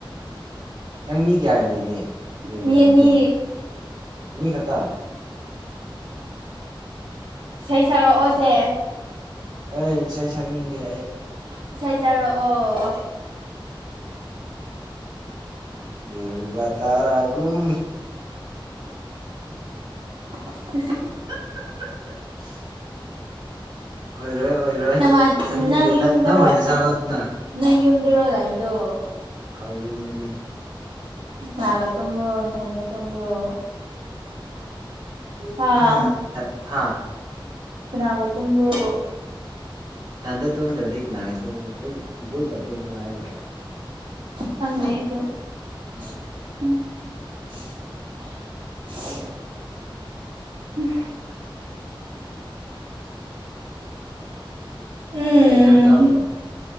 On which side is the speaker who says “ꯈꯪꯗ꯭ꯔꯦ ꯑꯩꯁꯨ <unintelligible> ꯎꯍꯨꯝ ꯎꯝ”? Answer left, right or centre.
Right